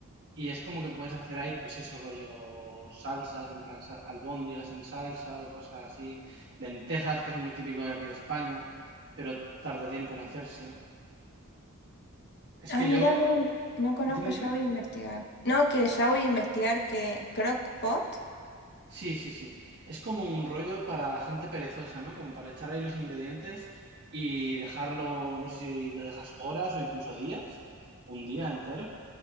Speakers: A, on the right; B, on the left.
A: Y es como que puedes hacer ahí, pues eso, rollo salsas, en plan sa- albóndigas en salsa o cosas así. Lentejas, que es muy típico de aquí de España, pero tarda tiempo en hacerse. Es
B: Ah,
A: que
B: mira,
A: yo...
B: no, no conozco,
A: Dime,
B: ya
A: dime.
B: voy a investigar. No, que ya voy a investigar que crockpot.
A: Sí, sí, sí. Es como un rollo para gente perezosa, ¿no? Como para echar ahí los ingredientes y dejarlo, no sé si lo dejas horas o incluso días, un día entero,